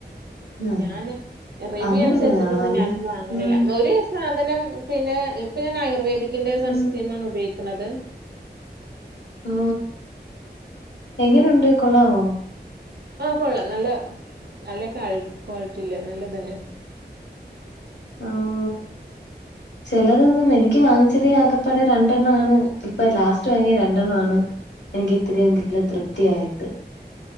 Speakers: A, on the left; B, on the right.
A: ആ
B: ഞാന് റിവ്യൂ
A: അങ്ങനെയുള്ളതാണോ
B: അനുസരിച്ചിട്ടൊന്നും
A: അല്ല
B: ഞാനൊന്നും വാങ്ങലില്ല.
A: ഉം
B: ന്നൊര് സാധനം പിന്നെ ഇപ്പൊ ഞാൻ ആയുർവേദിക്കിന്റെ സൺസ്ക്രീം
A: ഉം
B: ആണ് ഉപയോഗിക്കുന്നത്.
A: ഓ എങ്ങനുണ്ട് കൊള്ളാവോ?
B: ആഹ കൊള്ളാം നല്ല നല്ല ക്വാളിറ്റി ഇള്ള നല്ലത് ന്നയ.
A: ആ ഓ. ചിലതൊന്നും എനിക്ക് വാങ്ങിച്ചതേ ആകപ്പാടെ രണ്ടെണ്ണം ആണ് ഇപ്പൊ ലാസ്റ്റ് വാങ്ങിയ രണ്ടെണ്ണം ആണ്. എനിക്ക് ഇത്തിരിയെങ്കിലും തൃപ്തിയായത്.